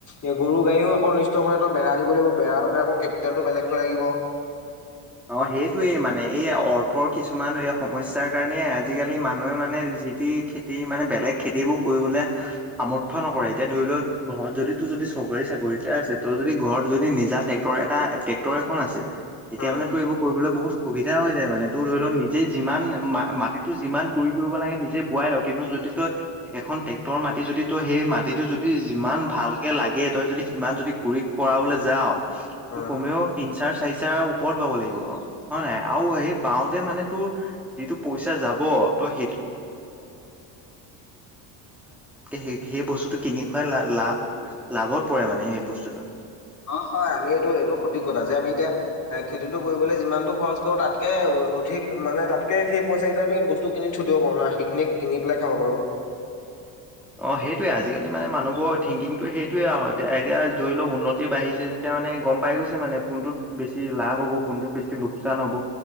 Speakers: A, on the left; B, in the centre.
A: এ গৰু গাইয়েও আকৌ অনিষ্ট কৰে বেৰা দিব লাগিব বেৰাৰ লগাই আকৌ কেপিটেলটো বেলেগকৈ লাগিব
B: <inaudible> অঁ সেইটোয়েই মানে এই অৰ্থৰ কিছুমান এই সমস্যাৰ কাৰণে আজিকালি মানুহে মানে যি তি খেতি মানে বেলেগ খেতি বোৰ কৰিবলে সামৰ্থ নকৰে এতিয়া ধৰি লও ঘৰত যদি তো যদি যদি চৰকাৰী চাকৰি এটা আছে ত যদি ঘৰত যদি নিজা ট্ৰেক্টৰ এটা ট্ৰেক্টৰ এখন আছে। তেতিয়া
A: উম
B: মানে তো এইবোৰ কৰিবলৈ বহুত সুবিধা হৈ যায় মানে তোৰ ধৰি লওক নিজে যিমান মাটিতো যিমান গুৰি কৰিব লাগে নিজে বোৱাই ল কিন্তু যদি‌ য তই এখন ট্ৰেক্টৰৰ মাটি যদি তই সেই মাটিটো যদি যিমান ভালকে লাগে তই যদি সিমান যদি গুৰি কৰাবলৈ যাওঁ
A: উম।
B: কমেও তিন চাৰ চাৰি চাৰ ওপৰত পাব লাগিব হয় না নাই আৰু সেই বাওঁতে মানে তোৰ যিটো পইচা যাব তই সেইটো <unintelligible> লাভত পৰে মানে হেই বস্তুটো
A: অ' হয় আমি এইটো এইটো সঠিক কথা যে আমি এতিয়া এ খেতিটো কৰিবলৈ যিমানতটো খৰচ কৰো তাতকে অধিক মানে তাতকে সেই পইচা কেইটা আমি বস্তু কিনি থৈ দিব পাৰো না সেইখিনি কিনি পেলাই খাব পাৰো।
B: <inaudible> অ' সেইটোৱে আজিকালি মানে মানুহবোৰ থিংকিংটো সেইটোৱে আৰু এতিয়া এতিয়া ধৰি লওক উন্নতি বাঢ়িছে যেতিয়া মানে গম পাই গৈছে মানে কোনটোত বেছি লাভ হ'ব কোনটোত বেছি লোকচান হব।